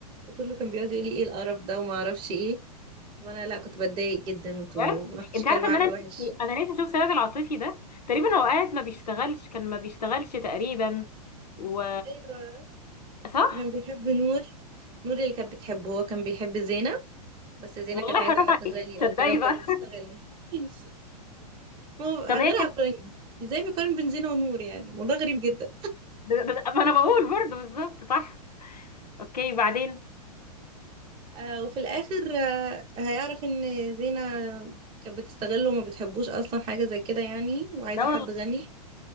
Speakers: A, on the right; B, on the left.
A: وكله كان بيقعد يقول لي ايه القرف ده وما اعرفش ايه وانا لا كنت بتضايق جدا انتوا
B: بجد
A: ما حدش
B: انت عارفه
A: كلام عنه
B: ان انا نفسي
A: وحش
B: انا نفسي اشوف سيد العاطفي ده تقريبا هو قاعد ما بيشتغلش كان ما بيشتغلش تقريبا و
A: ايوه
B: صح
A: كان بيحب نور نور اللي كانت بتحبه هو كان بيحب زينة بس زينة
B: والله
A: كانت عايزة
B: حرام
A: حد
B: عليك
A: غني
B: تصدقي
A: او كده وكانت
B: بقى
A: بتستغله <laughs> ما
B: <laughs>
A: هو
B: طب هي
A: غير
B: كانت
A: عقلاني ازاي بيقارن بين زينة ونور يعني الموضوع غريب جدا
B: ب- ب- ما انا بقول برضه بالظبط صح اوكي بعدين
A: آه وفي الاخر آه هيعرف ان زينة كانت بتستغله وما بتحبوش اصلا حاجة زي كده يعني وعايزة
B: لا
A: حد
B: والله
A: غني